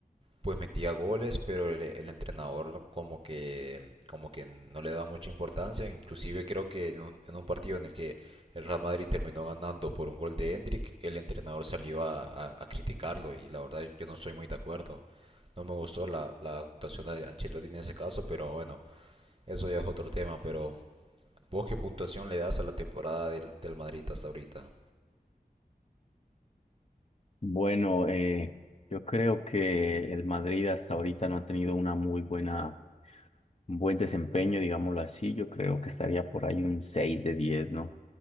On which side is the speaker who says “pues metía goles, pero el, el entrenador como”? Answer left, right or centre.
Right